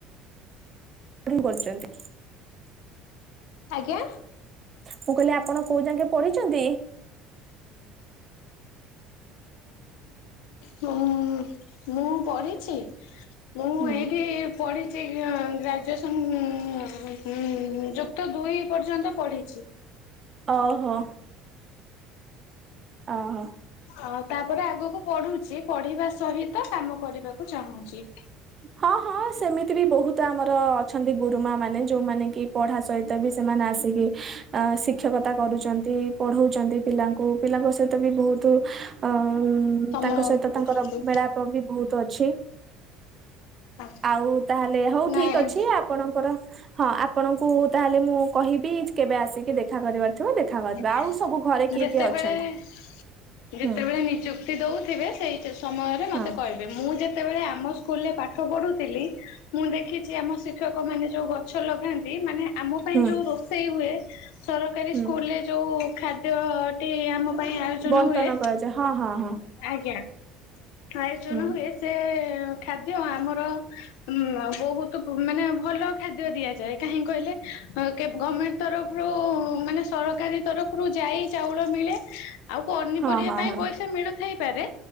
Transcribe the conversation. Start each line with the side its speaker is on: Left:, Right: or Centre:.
Right: <inaudible> କରୁଚନ୍ତି।
Left: ଆଜ୍ଞା?
Right: ମୁଁ କହିଲି ଆପଣ କୋଉ ଯାଙ୍କେ ପଢିଚନ୍ତି?
Left: ହ ମୁଁ ପଢିଛି ମୁଁ
Right: ହୁଁ
Left: ଏଇଠି ପଢ଼ିଛି ଗ୍ରାଜୁଏସନ୍ ହୁଁ-ହୁଁ ଯୁ ଯୁକ୍ତ ଦୁଇ ପର୍ଯ୍ୟନ୍ତ ପଢିଛି।
Right: ଓହୋ। ଓହୋ।
Left: ଅ ତାପରେ ଆଗକୁ ପଢୁଛି ପଢିବା ସହିତ କାମ କରିବାକୁ ଚାହୁଁଛି।
Right: ହଁ-ହଁ ସେମିତି ବି ବହୁତ ଆମର ଅଛନ୍ତି ଗୁରୁମା ମାନେ ଯୋଉମାନେ କି ପଢା ସହିତ ବି ସେମାନେ ଆସିକି ଅ ଶିକ୍ଷକତା କରୁଛନ୍ତି ପଢଉଛନ୍ତି ପିଲାଙ୍କୁ ପିଲାଙ୍କ ସହିତ ବି ବହୁତୁ ଅ
Left: ସମୟ
Right: ତାଙ୍କ ସହିତ
Left: ଦେଇଛନ୍ତି
Right: ତାଙ୍କର ମେଳାପ୍ ବି ବହୁତ ଅଛି
Left: ଆଛା
Right: ଆଉ ତାହେଲେ ହଉ ଠିକ୍
Left: ନାଇଁ
Right: ଅଛି ଆପଣ କର ହଁ ଆପଣଙ୍କୁ ତାହେଲେ ମୁଁ କହିବି କେବେ ଆସିକି ଦେଖା କରିବାର ଥିବ ଦେଖା କରିବା
Left: ଆଜ୍ଞା
Right: ଆଉ ସବୁ ଘରେ କିଏ
Left: ଯେତେବେଳେ-ଯେତେବେଳେ
Right: କିଏ ଅଛନ୍ତି? ହୁଁ
Left: ନିଯୁକ୍ <unintelligible> ଦେଉଥିବେ ସେଇ ସମୟରେ ମତେ
Right: ହଁ
Left: କହିବ। ମୁଁ ଯେତେବେଳେ ଆମ ସ୍କୁଲରେ ପାଠ ପଢୁଥିଲି ମୁଁ ଦେଖିଛି ଆମ ଶିକ୍ଷକ ମାନେ ଯୋଉ ଗ ଛ ଲଗାନ୍ତି ମାନେ ଆମ ପାଇଁ
Right: ହୁଁ
Left: ଯୋଉ ରୋଷେଇ ହୁଏ ସର
Right: ହୁଁ
Left: ସ୍କୁଲରେ ଯେଉଁ ଖାଦ୍ୟଟି ଆମ ପାଇଁ ଆୟୋଜନ
Right: ବଣ୍ଟନ
Left: ହୁଏ
Right: କରାଯାଏ ହଁ ହଁ ହଁ
Left: ଆଜ୍ଞା ଆୟୋଜନ
Right: ହୁଁ
Left: ହୁଏ ସେ ଖାଦ୍ୟ ଆମର ଉଁ ବହୁତୁ ମାନେ ଭଲ ଖାଦ୍ୟ ଦିଆଯାଏ କାହିଁକି କହିଲେ ଅଁ କେ ଗମେଣ୍ଟ ତରଫରୁ ମାନେ ସରକାରୀ ତରଫରୁ ଯାଇ ଚାଉଳ ମିଳେ। ଆଉ ପନିପରିବା
Right: ହଁ ହଁ
Left: ପାଇଁ
Right: ହଁ
Left: ପଇସା ମିଳୁଥାଇପାରେ